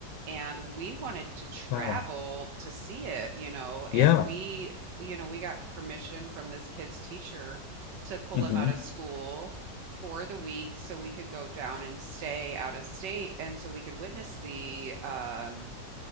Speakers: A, on the right; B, on the left.
A: and we wanted to travel
B: wow,
A: to see it, you know, and
B: yeah,
A: we you know we got permission from this kid's teacher to pull
B: hmm
A: him out of school for the week so we could go down and stay out of state and so we could witness the um